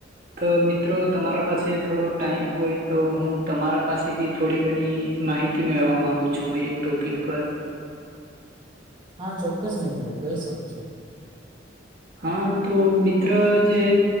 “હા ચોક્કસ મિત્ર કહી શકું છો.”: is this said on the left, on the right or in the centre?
Right